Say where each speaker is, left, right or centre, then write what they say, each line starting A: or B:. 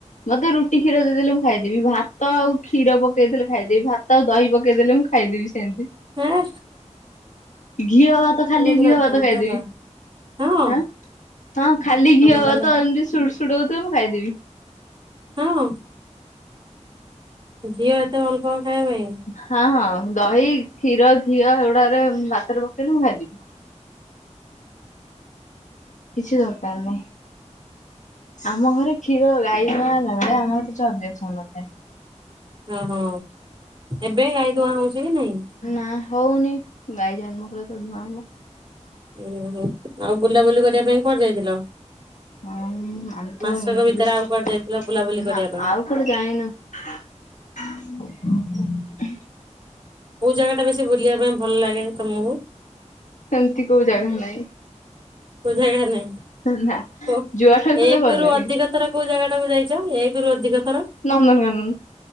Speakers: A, on the left; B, on the right.
A: ମତେ ରୁଟି୍ଷୀର ଦେଇଦେଲେ ମୁଁ ଖାଇଦେବି ଭାତ ଆଉ କ୍ଷୀର ପକେଇ ଦେଲେ ଖାଇଦେବି ଭାତ ଆଉ ଦହି ପକେଇ ଦେେଲେ ମୁ ଖାଇଦେବି ସେମିତି।
B: ହେଁ
A: ଘିଅ ଭାତ
B: ତମେ
A: ଖାଲି
B: ପୁରା
A: ଘିଅ
B: ବଢିଆ
A: ଭାତ ଖାଇଦେବି
B: ଲୋ ହଁ
A: ଆଁ ହଁ ଖାଲି
B: ତମେ
A: ଘିଅ
B: ତାହେଲେ
A: ବା ତ ଏମିତି ସୁଡ଼ ସୁଡ଼ ହଉଥିବ ମୁଁ ଖାଇଦେବି।
B: ହଁ। ଘଝିଅ ଏତେ ଭଲ ପା ଖାଇବା ପାଇଁ?
A: ହଁ ହଁ ଦହି କ୍ଷୀର ଘିଅ ଏଗୁଡାରେ ଭାତରେ ପକେଇଲେ ମୁଁ ଖାଇଦେବି। କିଛି ଦରକାର ନାହିଁ। ଆମ ଘରେ କ୍ଷୀର ଗାଈ ଗ ହେଲା ବେଳେ ଆମର କିଛି ଅବଜେକ୍ସନ ନଥାଏ।
B: ଓହୋ ଏବେ ଗାଈ ଧୁଆଁ ହଉଛି କି ନାଇଁ।
A: ନା ହଉନି ଗାଈ ଜନ୍ମ କଲେ ତ ଧୂଆଁ ହବ।
B: ଓହୋ ଆଉ ବୁଲାବୁଲି କରିବା ପାଇଁ କୁଆଡ଼େ ଯାଇଥିଲ?
A: ହଁ ଆମେ ତ
B: ମାସକ
A: ଭଲ
B: ଭିତରେ
A: ବୁ
B: ଆଉ କୁଆଡେ ଯାଇଥିଲ ବୁଲାବୁଲି କରିବା
A: ନା
B: ପାଇଁ?
A: ଆଉ କୁଆଡେ ଯାଇନୁ। ହ ହ
B: କୋଉ ଜାଗା ଟା ବେଶୀ ବୁଲିବା ପାଇଁ ଭଲ ଲାଗେ ତମକୁ?
A: ସେମିତି କୋଉ ଜାଗା ନାହିଁ।
B: କୋଉ ଜାଗା ନାହିଁ?
A: ନା
B: ଓ
A: ଜୁଆଟା
B: ଏକ
A: କ ଭଲ
B: ରୁ
A: ଲାଗେ।
B: ଅଧିକ ଥର କୋଉ ଜାଗା ଟାକୁ ଯାଇଛ ଏକ ଅଧିକ ଥର
A: ନନ୍ଦନ କାନନ